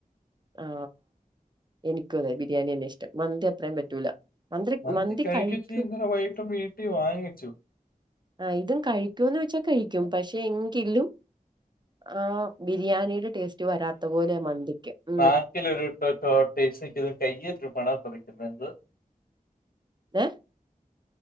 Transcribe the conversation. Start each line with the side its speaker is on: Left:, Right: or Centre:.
Right: ആ എനിക്കും അതെ ബിരിയാണി തന്നെ ഇഷ്ടം മന്തി അത്രയും പറ്റൂല. മന്ത്രി
Left: മന്തി കഴിക്കച്ച്
Right: കഴിക്കും
Left: ഇന്നലെ വൈകിട്ടും വീട്ടിൽ വാങ്ങിച്ചു.
Right: ആഹ് ഇതും കഴിക്കൂന്ന വെച്ചാ കഴിക്കും
Left: പക്ഷെ
Right: പ എങ്കിലും ആ ബിരിയാണിയുടെ ടേസ്റ്റ് വരാത്ത പോലെ മന്തിക്ക്. ഉം
Left: നാക്കില ഒരു സക്ക് ഇ കയ്യേറ്റ പണ തുറയ്ക്കുന്നതന്നത്
Right: ഏ